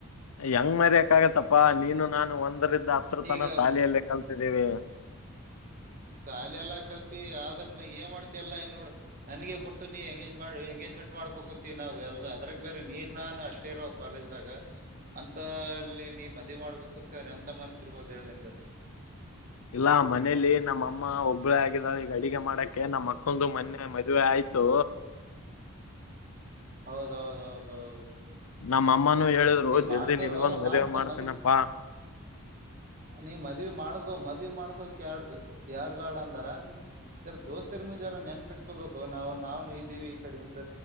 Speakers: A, on the left; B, on the right.
A: ಹೆಂಗ್ ಮರಿಕ್ ಆಗತ್ತಪ್ಪಾ ನೀನು ನಾನು ಒಂದ ಹತ್ರತನ
B: ಈಗ
A: ಶಾಲಿಅಲ್ಲೇ ಕಲ್ ಇದೀವಿ
B: ಶಾಲೆ ಎಲ್ಲಾ ಕಲ್ತಿ ಆದ್ರನ ಏನ್ ಮಾಡ್ತಿ ಎಲ್ಲ ಇನೋ ನನಗೆ ಬುಟ್ಟ ನೀ ಎಂಗೇಜ್ಮೆಂಟ್ ಮಾಡ್ಕೋಕತಿವಿ ನಾವು ಎಲ್ಲಾ ಅದ್ರಾಗ ಬೇರೆ ನೀ ನಾನು ಅಷ್ಟೇ ಇರ ಕಾಲೇಜ್ದಾಗ ಅಂತ ಇಲ್ಲಿ ನೀ ಮದ್ವಿ ಮಾಡ್ಬೇಕ ಕುಂತ ಎಂತ ಮನಸಿರ್ಬೋದು ಹೇಳಿ ನಿಂದು
A: ಇಲ್ಲಾ ಮನೇಲಿ ನಮ್ಮಮ್ಮ ಒಬ್ಬಳೆ ಆಗಿದಾಳೆ ಈಗ ಅಡಿಗೆ ಮಾಡಕ್ಕೆೆ ನಮ್ಮ್ ಮಕ್ಕಂದು ಮೊನ್ನೆ ಮದುವೆ ಆಯ್ತು.
B: ಹೌದೌದೌದೌದು.
A: ನಮ್ಮ. ಅಮ್ಮನೂ ಹೇಳಿದ್ರು
B: ನೀ್
A: ಜಲ್ದಿ
B: ಮಾಡ್ಕೊರೋ
A: ನಿನ್ಗೊಂದ್ ಮದ್ವೆ
B: ಮಾಡ್ಕೊ
A: ಮಾಡ್ತೀನಪ್ಪಾ
B: ಮದ್ವಿ ನೀ ಮದ್ವಿ ಮಾಡ್ಕೊ ಮದ್ವಿ ಮಾಡ್ಕೋ. ಳ್ ಯಾರ್ ಬ್ಯಾಡ ಅಂದಾರ ನೀಾರ ದೋಸ್ತರ್ ಜಾರ ನೆನ್ಪಿಟ್ಕೋಬೇಕು ನಾವು ನಾವ್ ಇದ್ದೀವಿ ಈ ಕಡೆ ಹಿಂದ